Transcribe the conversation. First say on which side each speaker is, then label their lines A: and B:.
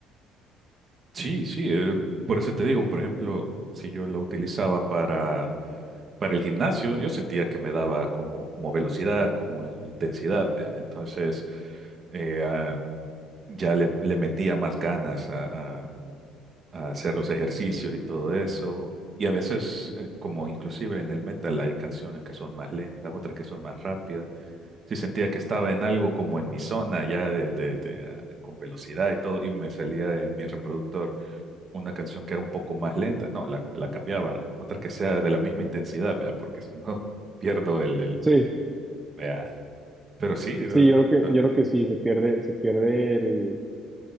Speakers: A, on the right; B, on the right.
A: Sí, sí, eh, por eso te digo, por ejemplo, si yo la utilizaba para, para el gimnasio, yo sentía que me daba como, como velocidad, como in- intensidad, vea. Entonces, eh, ah, ya le, le metía más ganas a, a- a hacer los ejercicios y todo eso. Y a veces, eh, como inclusive en el metal, hay canciones que son más lentas, otras que son más rápidas. Sí sentía que estaba en algo como en mi zona ya de, de- de, ah, con velocidad y todo, y me salía en mi reproductor una canción que era un poco más lenta. No, la, la cambiaba, otra que sea de la misma intensidad, vea, porque si no <laughs> pierdo el, el-
B: Sí,
A: vea. Pero sí, el-
B: Sí, yo creo
A: el-
B: que, yo creo que sí, se pierde, se pierde el,